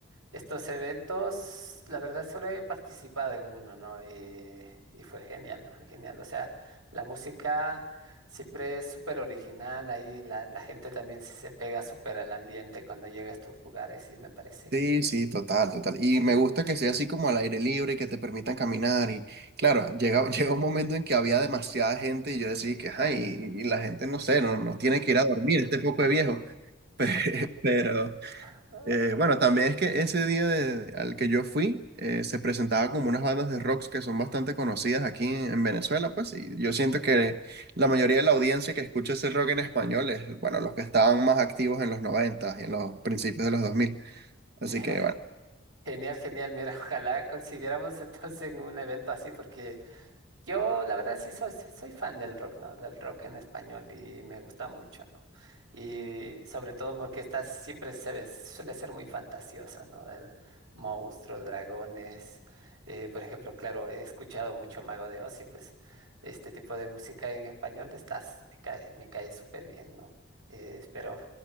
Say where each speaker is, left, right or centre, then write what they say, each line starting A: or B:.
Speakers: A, on the right; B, on the right.
A: estos eventos, la verdad solo he participado en uno, ¿no? Eh, y fue genial, fue genial. O sea, la música siempre es súper original, ahí la, la gente también se se pega súper al ambiente cuando llega a estos lugares y me parece
B: sí,
A: que...
B: sí, total, total. Y me gusta que sea así como al aire libre y que te permitan caminar. Y claro, llega, <laughs> llega un momento en que había demasiada gente y yo decía que, ay, y, y la gente, no sé, no, no tiene que ir a dormir, este poco de viejo. <laughs> Pero,
A: <laughs>
B: Eh, bueno, también es que ese día de- al que yo fui, eh, se presentaba como unas bandas de rocks que son bastante conocidas aquí en, en Venezuela, pues, y yo siento que la mayoría de la audiencia que escucha ese rock en español es, bueno, los que estaban más activos en los 90 y en los principios de los dos mil. Así
A: Mira,
B: que, bueno,
A: genial, genial. Mira, ojalá consideramos entonces un evento así, porque yo la verdad sí soy, soy, soy fan del rock, ¿no? Del rock en español y me gusta mucho, ¿no? Y sobre todo porque esta siempre se ve, suele ser muy fantasiosa, ¿no? Ver monstruos, dragones. eh, por ejemplo, claro, he escuchado mucho Mago de Oz y pues este tipo de música en español estás, me cae, me cae súper bien, ¿no? Eh, espero.